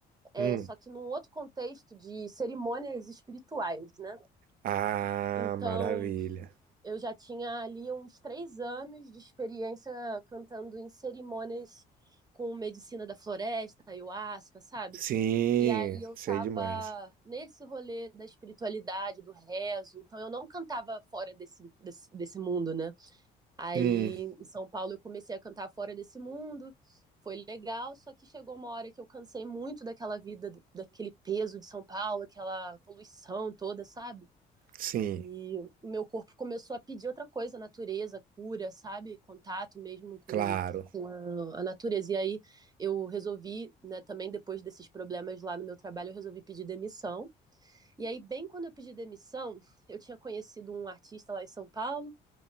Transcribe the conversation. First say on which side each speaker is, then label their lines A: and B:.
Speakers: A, on the right (about 25°); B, on the right (about 60°).
A: é,
B: Hum.
A: só que num outro contexto de cerimônias espirituais, né?
B: Ah,
A: Então,
B: maravilha.
A: eu já tinha ali uns três anos de experiência cantando em cerimônias com medicina da floresta, ayahuasca, sabe?
B: Sim,
A: E aí eu
B: sei
A: tava
B: demais.
A: nesse rolê da espiritualidade, do rezo, então eu não cantava fora desse, desse, desse mundo, né? Aí
B: Hum,
A: em São Paulo eu comecei a cantar fora desse mundo, foi legal, só que chegou uma hora que eu cansei muito daquela vida, daquele peso de São Paulo, aquela poluição toda, sabe?
B: sim,
A: E o meu corpo começou a pedir outra coisa, natureza, cura, sabe? Contato mesmo com,
B: claro.
A: com a, a natureza. E aí eu resolvi, né, também depois desses problemas lá no meu trabalho, eu resolvi pedir demissão. E aí, bem quando eu pedi demissão, eu tinha conhecido um artista lá em São Paulo,